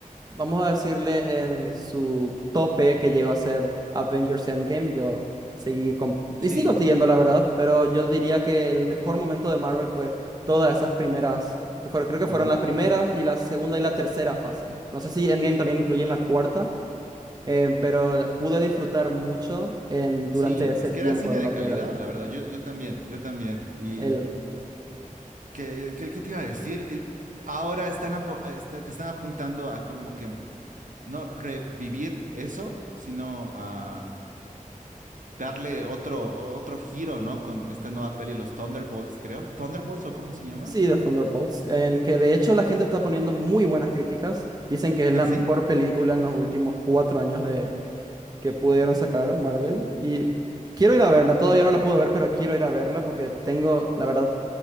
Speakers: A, on the right (about 30°); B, on the right (about 70°).
A: vamos a decirle, en su tope que llegó a ser Avengers Endgame. Yo seguí con- y
B: Sí,
A: sigo siguiendo, la verdad, pero yo diría que el mejor momento de Marvel fue todas esas primeras, que fueron, creo que
B: ujú.
A: fueron las primeras y la segunda y la tercera fase. No sé si Endgame también incluye en la cuarta, eh, pero pude disfrutar mucho en, durante
B: Sí,
A: ese
B: es
A: tiempo
B: que era cine
A: en
B: de
A: lo
B: calidad,
A: que era el...
B: la verdad, yo, yo también, yo también. y
A: el
B: ¿Qué, qué- qué te iba a decir? Eh, ahora están, apo- a- están, están apuntando a como que no revivir eso, sino a darle otro, otro giro, ¿no? Con esta nueva peli, los Thunderbolts, creo. ¿Thunderbolts o cómo se llama?
A: Sí, The Thunderbolts, en que de hecho la gente está poniendo muy buenas críticas. Dicen que es la
B: ¿Ah, sí?
A: mejor película en los últimos cuatro años de que pudieron sacar Marvel. Y quiero ir a verla, todavía no la pude ver, pero quiero ir a verla porque tengo, la verdad,